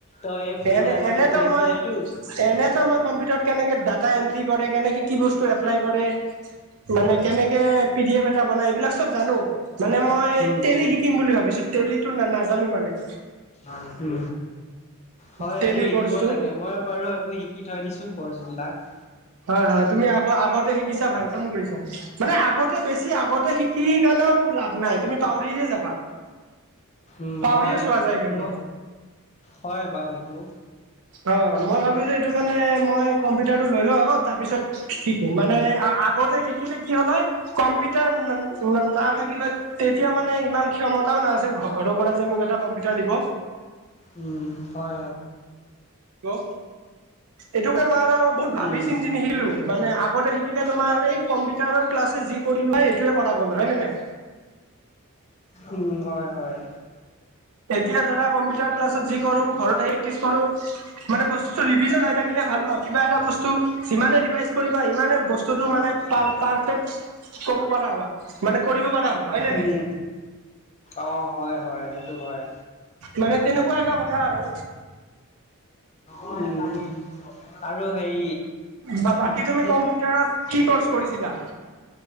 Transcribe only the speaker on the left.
তই এই ফ্ৰী
টাইমত
এইবোৰ শিকি
থৈ দিও।
উম,
হয়টো, হয়
এইবোৰ শিকিব
লাগে মই বাৰু এইবোৰ শি কি থৈ দিছোঁ কৰ্চবিলাক।
উম
হয়,
ম হয় বাৰু সেইটো।
উম হয় হয়।
উম
উম হয় হয়।
উম
অ হয় হয় সেইটো হয়।
অ এটায়ে। আৰু সাই,
এ
এ